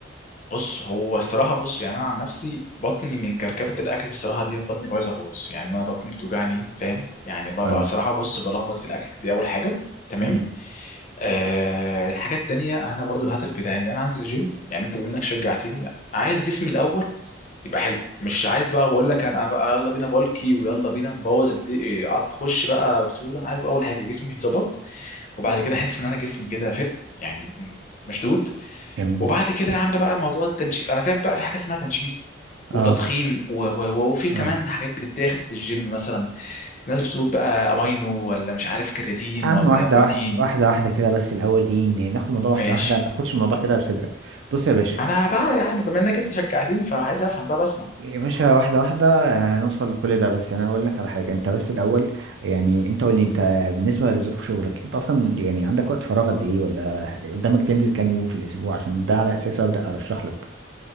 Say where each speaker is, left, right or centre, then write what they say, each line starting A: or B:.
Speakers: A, on the left (about 40°); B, on the right (about 80°).
A: بص هو الصراحه بص يعني انا عن نفسي بطني من كركبه الاكل الصراحه ديت بطني بايظه خالص يعني انا بطني بتوجعني فاهم يعني بقى
B: اه
A: صراحه بص بلخبط في الاكل دي اول حاجه تمام
B: مم.
A: آه الحاجه التانيه انا برضو الهدف بتاعي ان انا انزل الجيم يعني انت بما انك شجعتني عايز جسمي الاول يبقى حلو مش عايز بقى بقول لك انا بقى يلا بينا بالكي ويلا بينا نبوظ الد- إيه، عط- خش بقى بطوله انا عايز بقى اول حاجه جسمي يتظبط وبعد كده احس ان انا جسمي كده فت يعني مشدود
B: جميل
A: وبعد كده يا عم بقى موضوع التنشيف انا فاهم بقى في حاجه اسمها تنشيف وتضخيم
B: اه
A: و... و... و- وفي كمان
B: اه
A: حاجات بتتاخد في الجيم مثلا الناس بتقول بقى امينو ولا مش عارف كرياتين
B: يا
A: ولا
B: عم واحدة
A: بروتين
B: واحدة واحدة واحدة كده بس الأول إيه إن ناخد الموضوع واحدة
A: ماشي
B: واحدة ما تاخدش الموضوع كده بصدرك بص يا باشا
A: ما انا بقى يعني بما انك انت شجعتني فعايز افهم بقى بسمع
B: يا باشا واحدة واحدة هنوصل لكل ده بس أنا هقول لك على حاجة أنت بس الأول يعني أنت قول لي أنت بالنسبة لظروف شغلك أنت أصلا يعني عندك وقت فراغ قد إيه ولا قدامك تنزل كام يوم في الأسبوع عشان ده على أساسه أبدأ أرشح لك